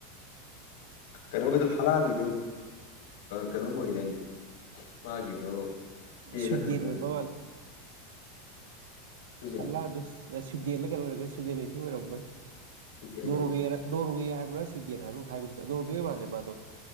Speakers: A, on the left; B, on the right.
A: ꯀꯩꯅꯣꯒꯤꯗꯣ ꯍꯂꯥꯟꯒꯤꯗꯣ ꯀꯩꯅꯣꯝꯃ ꯑꯣꯏꯒꯤ ꯗꯥꯏꯅꯦ ꯃꯥꯒꯤꯗꯣ ꯏꯁꯄꯦꯟꯂ
B: ꯁꯨꯗꯦꯟ
A: ꯀꯩꯅꯣꯝ
B: ꯑꯣꯏꯕ
A: ꯑꯣꯏꯕꯅꯦ
B: ꯃꯥꯜꯂꯤ
A: ꯁ꯭ꯋꯤꯖꯔꯂꯦꯟ
B: ꯍꯜꯂꯥꯑꯗ ꯁ꯭ꯋꯤꯗꯦꯟꯗ ꯀꯔ ꯑꯣꯏꯔꯒꯣꯏ ꯁ꯭ꯋꯤꯖꯔꯂꯦꯟꯒꯤ ꯑꯣꯏꯔꯝꯃꯣꯏ
A: ꯁ꯭ꯋꯤꯗꯦꯟ
B: ꯅꯣꯔꯋꯦ
A: ꯑꯣꯏꯕ
B: ꯅꯣꯔꯋꯦ ꯍꯥꯏꯕ꯭ꯔꯥ ꯁꯋꯗꯦꯟ ꯍꯥꯏꯕ꯭ꯔꯥ ꯍꯥꯏꯒꯨꯝ ꯇꯧꯕꯅꯦ ꯅꯣꯔꯋꯦ ꯑꯣꯏ ꯃꯥꯜꯂꯦ ꯃꯥꯗꯣ